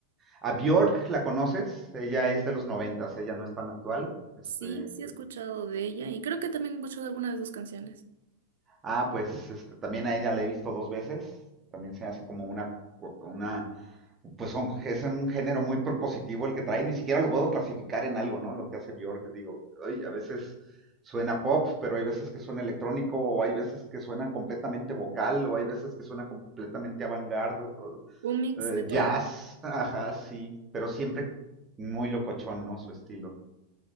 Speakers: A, on the right; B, on the right.
A: A Bjork, ¿la conoces? Ella es de los noventas, ella no es tan actual. Este,
B: Sí, sí he escuchado de ella y creo que también he escuchado alguna de sus canciones.
A: Ah, pues este, también a ella la he visto dos veces. También se hace como una, una, pues son- es un género muy propositivo el que trae. Ni siquiera lo puedo clasificar en algo, ¿no? Lo que hace Björk, que digo, ay, a veces suena pop, pero hay veces que suena electrónico, o hay veces que suena completamente vocal, o hay veces que suena completamente avant-garde, o-
B: Un mix
A: eh,
B: de todo.
A: jazz, ajá, sí, pero siempre muy locochón, ¿no? Su estilo.